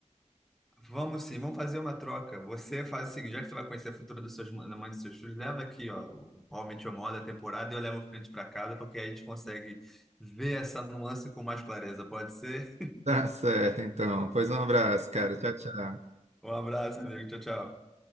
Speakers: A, in the centre; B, on the right.
A: Vamos sim, vamos fazer uma troca. Você faz o seguinte, já que você vai conhecer a futura das suas, da mãe dos seus filhos, leva aqui, ó, o How I Met Your Mother, a temporada, e eu levo o Friends para casa, porque aí a gente consegue ver essa nuance com mais clareza. Pode ser?
B: Tá certo, então. Pois um abraço, cara. Tchau, tchau.
A: Um abraço, amigo. Tchau, tchau.